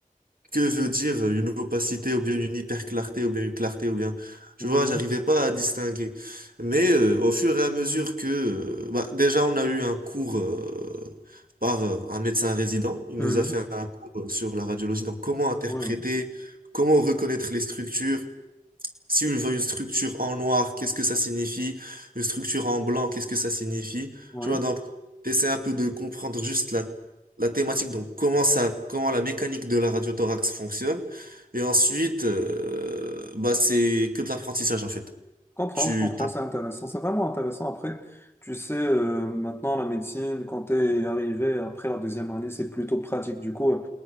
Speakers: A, on the right; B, on the left.
A: que veut dire une opacité ou bien une hyperclarté ou bien une clarté ou bien tu
B: mhm.
A: vois j'arrivais pas à distinguer mais euh, au fur et à mesure que euh, bah, déjà on a eu un cours euh, par euh, un médecin résident il
B: Mhm.
A: nous a fait un cours euh, sur la radiologie donc comment interpréter
B: Oui oui
A: comment reconnaître les structures si je vois une structure en noir, qu'est-ce que ça signifie? Une structure en blanc, qu'est-ce que ça signifie?
B: Oui.
A: Tu vois, donc, t'essaies un peu de comprendre juste la, la thématique, donc comment ça, comment la mécanique de la radiothorax fonctionne. Et ensuite, euh, bah, c'est que de l'apprentissage, en fait.
B: Je comprends,
A: Tu
B: je comprends,
A: tapes
B: c'est intéressant, c'est vraiment intéressant. Après, tu sais, euh, maintenant la médecine, quand t'es arrivé après la deuxième année, c'est plutôt pratique. Du coup, euh,